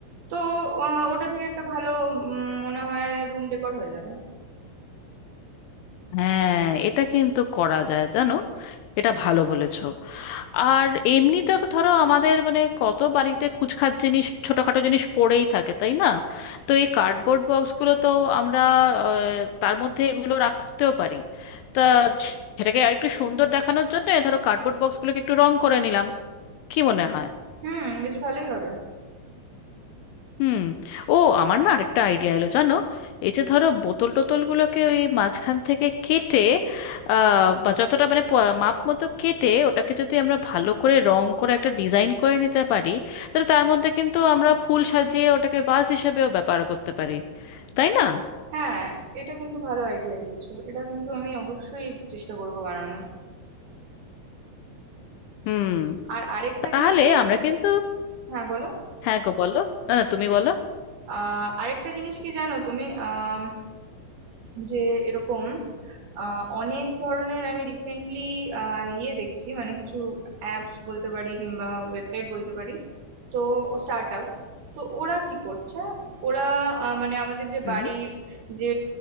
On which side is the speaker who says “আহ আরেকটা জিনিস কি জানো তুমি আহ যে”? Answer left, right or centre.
Right